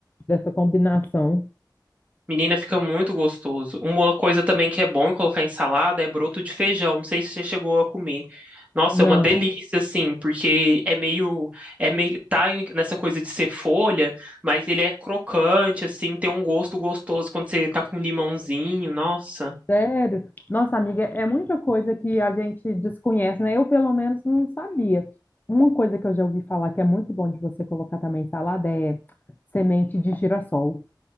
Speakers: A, on the left; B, on the right.
A: dessa combinação.
B: Menina, fica muito gostoso. Uma coisa também que é bom colocar em salada é broto de feijão. Não sei se você chegou a comer. Nossa,
A: Não.
B: é uma delícia, assim, porque é meio, é meio, tá em- nessa coisa de ser folha, mas ele é crocante, assim, tem um gosto gostoso quando você tá com limãozinho. Nossa,
A: Sério? Nossa, amiga, é muita coisa que a gente desconhece, né? Eu, pelo menos, não sabia. Uma coisa que eu já ouvi falar que é muito bom de você colocar também em salada é semente de girassol.